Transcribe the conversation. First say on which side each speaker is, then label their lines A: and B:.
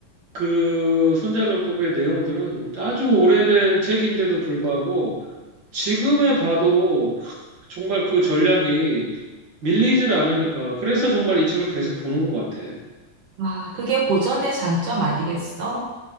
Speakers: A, on the right; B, on the right.
A: 그 손자병법의 내용들은 아주 오래된 책인데도 불구하고 지금에 봐도 정말 그 전략이 밀리질 않으니까. 그래서 정말 이 책을 계속 보는 것 같아.
B: 아, 그게 고전의 장점 아니겠어?